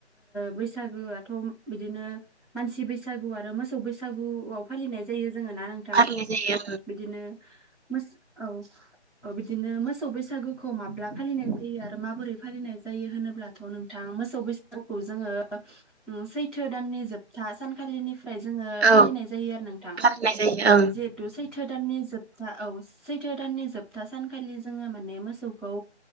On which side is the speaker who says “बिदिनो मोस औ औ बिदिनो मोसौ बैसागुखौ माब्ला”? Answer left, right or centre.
Centre